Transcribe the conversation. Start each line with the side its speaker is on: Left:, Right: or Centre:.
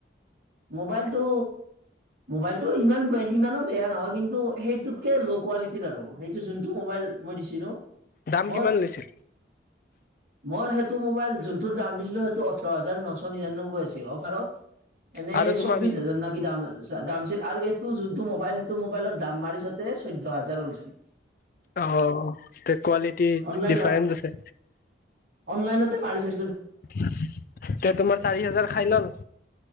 Right: মোবাইলটো মোবাইলটো ইমান সিমানো বেয়া নহয় কিন্তু সেইটোতকে ল' কোৱালিটিত আৰু সেইটো যোনটো মোবাইল মই দিছিলো
Left: দাম
Right: মই
Left: কিমান লৈছে
Right: মোৰ। টো মোবাইল যোনটোৰ দাম দিছিলো সেইটো ওঠৰ হাজাৰ নশ নিৰান্নব্বৈ আছিল অফাৰত এনে
Left: আৰু
Right: চৌবিশ
Left: তোমাৰ
Right: হাজাৰ নাকি দাম দামছিল আৰু এইটো যোনটো মোবাইল সেইটো মোবাইলৰ দাম মাৰিছতে চৈধ্য হাজাৰ ওলাইছে।
Left: আহ তে কোৱালিটি
Right: অনলাইন
Left: ডিফাৰেন্ঞ্চ আছে
Right: অনলাইনতে মাৰিছে
Left: এয়া তোমাৰ চাৰি হাজাৰ খাই লল